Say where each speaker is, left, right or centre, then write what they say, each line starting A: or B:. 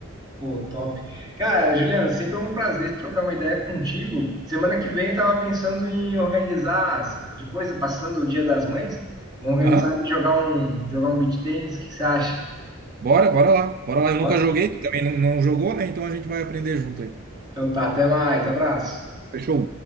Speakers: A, on the right; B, on the right.
A: Pô, top. Cara, Juliano, sempre é um prazer trocar uma ideia contigo. Semana que vem eu tava pensando em organizar, se- depois, passando o Dia das Mães, vamos organizar
B: Aham.
A: e jogar um, jogar um beach tennis, o que que você acha?
B: Bora, bora lá. Bora lá. Eu
A: Bora?
B: nunca joguei, tu também não, não jogou, né? Então a gente vai aprender junto aí.
A: Então tá, até mais, abraço.
B: Fechou?